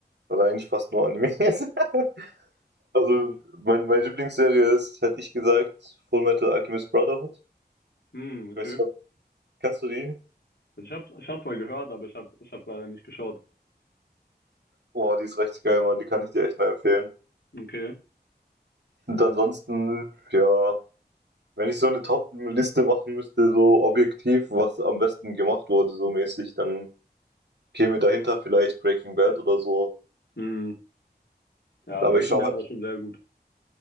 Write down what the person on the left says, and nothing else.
Mhm,
okay.
Also ich hab's, ich hab's mal gehört, aber ich hab, ich hab's leider nicht geschaut.
Okay.
Mhm. Ja,
Breaking
Bad
war schon sehr gut.